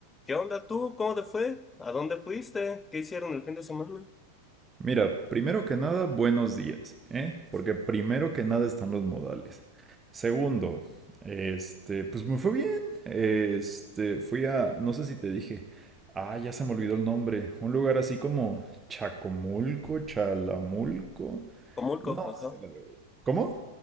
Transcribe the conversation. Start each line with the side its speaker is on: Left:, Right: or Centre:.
Left: ¿Qué onda tú? ¿Cómo te fue? ¿A dónde fuiste? ¿Qué hicieron el fin de semana?
Right: Mira, primero que nada, buenos días, ¿eh? Porque primero que nada están los modales. Segundo, este, pues me fue bien. Este, fui a, no sé si te dije, ah, ya se me olvidó el nombre, un lugar así como Chacomulco, Chalamulco,
Left: Comulco,
Right: no
Left: ajá.
Right: sé la verdad. ¿Cómo?